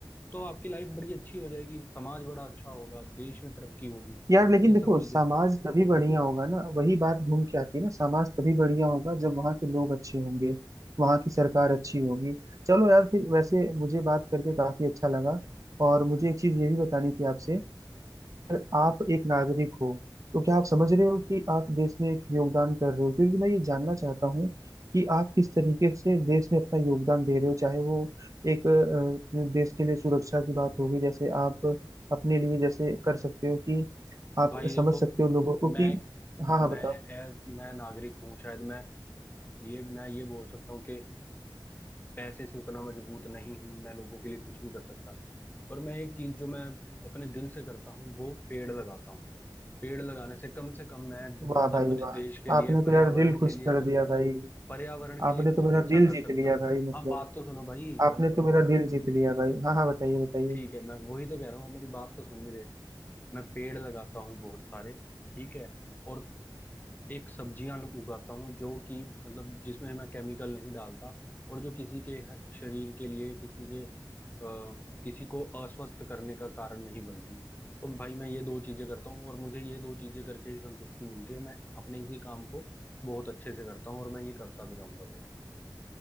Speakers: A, on the left; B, on the right.
A: तो आपकी लाइफ बड़ी अच्छी हो जाएगी समाज बड़ा अच्छा होगा देश में तरक्की होगी
B: यार लेकिन
A: ये
B: देखो
A: सब चीजें
B: समाज तभी बढ़िया होगा ना वही बात घूम के आती है ना समाज तभी बढ़िया होगा जब वहाँ के लोग अच्छे होंगे वहाँ की सरकार अच्छी होगी चलो यार फिर वैसे मुझे बात करके काफी अच्छा लगा और मुझे एक चीज ये भी बतानी थी आपसे अगर आप एक नागरिक हो तो क्या आप समझ रहे हो कि आप देश में एक योगदान कर रहे हो क्योंकि मैं ये जानना चाहता हूँ कि आप किस तरीके से देश में अपना योगदान दे रहे हो चाहे वो एक अ, देश के लिए सुरक्षा की बात होगी जैसे आप अपने लिए जैसे कर सकते हो कि आप
A: भाई देखो
B: समझ सकते हो लोगों को कि
A: मैं
B: हाँ हाँ
A: मैं
B: बताओ
A: एज मैं नागरिक हूँ शायद मैं ये मैं ये बोल सकता हूँ कि पैसे से उतना मजबूत नहीं हूं मैं लोगों के लिए कुछ नहीं कर सकता पर मैं एक चीज जो मैं अपने दिल से करता हूँ वो पेड़ लगाता हूँ पेड़ लगाने से कम से कम मैं
B: वाह भाई
A: अपने
B: वाह
A: देश के लिए
B: आपने तो
A: पर्यावरण
B: यार दिल खुश
A: के लिए
B: कर
A: तो
B: दिया भाई
A: पर्यावरण के
B: आपने
A: लिए कुछ
B: तो
A: अच्छा
B: मेरा दिल
A: कर
B: जीत
A: सकता
B: लिया
A: हूँ
B: भाई मतलब
A: हाँ बात तो सुनो भाई
B: आपने
A: बात तो
B: तो
A: सुनो
B: मेरा दिल जीत लिया भाई हाँ हाँ बताइए बताइए
A: ठीक है मैं वही तो कह रहा हूँ आप मेरी बात तो सुन नहीं रहे मैं पेड़ लगाता हूँ बहुत सारे ठीक है और एक सब्जियां उगाता हूँ जो कि मतलब जिसमें मैं केमिकल नहीं डालता और जो किसी के ह- शरीर के लिए किसी के अ, किसी को अस्वस्थ करने का कारण नहीं बनती तो भाई मैं ये दो चीजें करता हूँ और मुझे ये दो चीजें करके ही संतुष्टि मिलती है मैं अपने इसी काम को बहुत अच्छे से करता हूँ और मैं ये करता भी रहूंगा भाई